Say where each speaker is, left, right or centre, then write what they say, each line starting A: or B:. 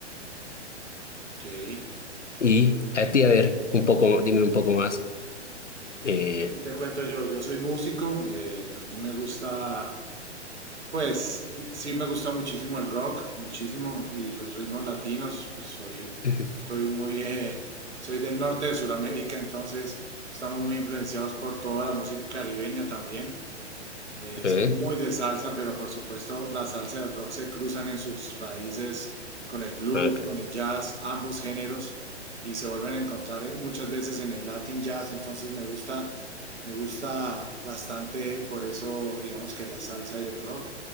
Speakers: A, on the right (about 70°); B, on the left (about 75°).
A: ok. ¿Qué
B: Y a ti, a ver, un poco, dime un poco más. Eh,
A: Te cuento yo, yo soy músico, eh, a mí me gusta, pues di- sí me gusta muchísimo el rock, muchísimo, y los ritmos latinos, pues soy,
B: ujú,
A: soy muy, eh, soy del norte de Sudamérica, entonces estamos muy influenciados por toda la música caribeña también. Eh,
B: ¿eh?
A: soy muy de salsa, pero por supuesto la salsa y el rock se cruzan en sus raíces con el blues,
B: Ah, cl-
A: con el jazz, ambos géneros, y se vuelven a encontrar eh, muchas veces en el Latin jazz, entonces me gusta, me gusta bastante por eso, digamos que la salsa y el rock,